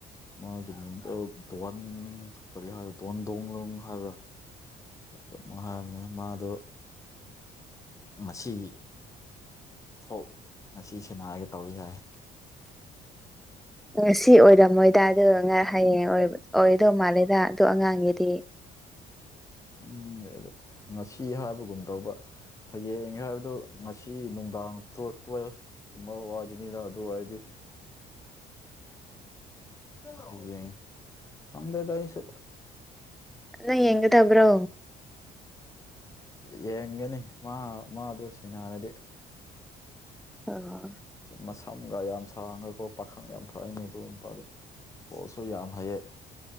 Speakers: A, on the left; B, in the centre.
A: ꯃꯥꯒꯤ ꯃꯤꯡꯗꯣ ꯇꯣꯟ ꯀꯔꯤ ꯍꯥꯏ ꯇꯣꯟ ꯗꯣꯡ ꯂꯪ ꯍꯥꯏꯕ꯭ꯔꯥ <unintelligible> ꯃꯍꯥꯏꯝꯅꯦ ꯃꯥꯗꯣ ꯃꯁꯤꯒꯤ ꯊꯣꯛ ꯉꯁꯤ ꯁꯤꯟꯅꯔꯒꯦ ꯇꯧꯏ ꯍꯥꯏ
B: ꯉꯁꯤ ꯑꯣꯏꯔꯝꯃꯣꯏꯗ ꯑꯗꯣ ꯉ ꯍꯌꯦꯡ ꯑꯣꯏꯗꯧ ꯃꯥꯜꯂꯦꯗ ꯑꯗꯨ ꯑꯉꯥꯡꯒꯤꯗꯤ
A: ꯈꯪꯗꯦꯗ ꯉꯁꯤ ꯍꯥꯏꯕꯒꯨꯝ ꯇꯧꯕ ꯍꯌꯦꯡ ꯍꯥꯏꯕꯗꯨ ꯉꯁꯤ ꯅꯨꯡꯗꯥꯡ ꯇꯨꯌꯦ-ꯇꯨꯌꯦꯜꯐ ꯀꯨꯝꯕ ꯋꯥꯖꯅꯦꯗ ꯑꯗꯨ ꯍꯥꯏꯗꯤ <unintelligible> ꯈꯪꯗꯦꯗ ꯑꯩꯁꯨ
B: ꯅꯪ ꯌꯦꯡꯒꯗꯕ꯭ꯔꯣ
A: ꯌꯦꯡꯒꯅꯤ ꯃꯥ ꯃꯥꯗꯨ ꯁꯟꯅꯔꯗꯤ
B: ꯑꯣ
A: ꯃꯁꯝꯒ ꯌꯥꯝ ꯁꯥꯡꯒꯀꯣ ꯄꯥꯈꯪ ꯌꯥꯝ ꯐꯩꯅꯤ ꯑꯗꯨ ꯅꯨꯄꯥꯗꯣ ꯄꯣꯁꯁꯨ ꯌꯥꯝ ꯍꯩꯌꯦ